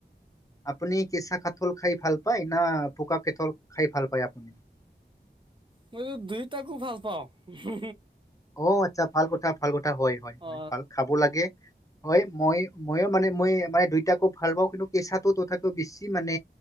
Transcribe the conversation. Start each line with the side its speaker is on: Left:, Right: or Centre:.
Left: আপুনি কেঁচা কাথল খাই ভাল পায় না পোকা কঁথল খাই ভাল পায় আপুনি?
Right: মই দুইটাকো ভাল পাওঁ <unintelligible>
Left: অ আচ্ছা ভাল কথা ভাল কথা হয় হয় হয়
Right: অ
Left: ভাল খাব লাগে। হয় মই মইও মানে মই মানে দুইটাকো ভাল পাওঁ কিন্তু কেঁচাটো তথাপিও বেছি মানে